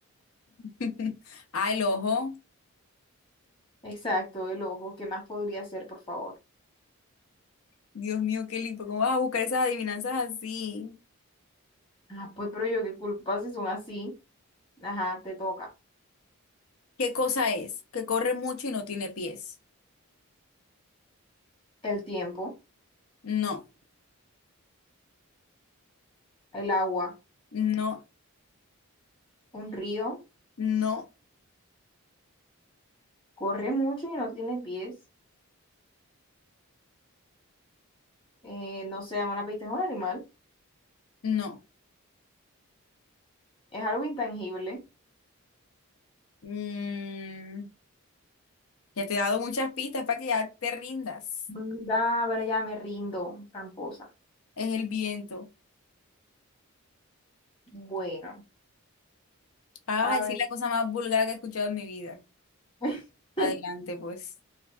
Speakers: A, on the left; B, on the left.
A: <laughs> ah el ojo.
B: Exacto, el ojo. ¿Qué más podría ser, por favor?
A: Dios mío, qué lindo. ¿Cómo vas a buscar esas adivinanzas así?
B: Ah, pues, pero yo qué culpa si son así. Ajá, te toca.
A: ¿Qué cosa es? Que corre mucho y no tiene pies.
B: El tiempo,
A: No,
B: el agua,
A: no,
B: un río,
A: no.
B: corre mucho y no tiene pies. Eh, no se llama una pista, es un animal.
A: No.
B: Es algo intangible.
A: Mm, ya te he dado muchas pistas para que ya te rindas.
B: Mm, Ah, pero ya me rindo, tramposa.
A: Es el viento.
B: Bueno,
A: Ah,
B: a
A: Vas a decir
B: ver.
A: la cosa más vulgar que he escuchado en mi vida.
B: <laughs>
A: Adelante, pues.